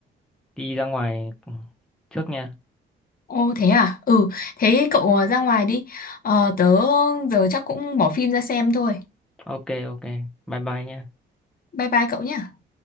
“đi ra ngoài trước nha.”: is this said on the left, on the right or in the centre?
Centre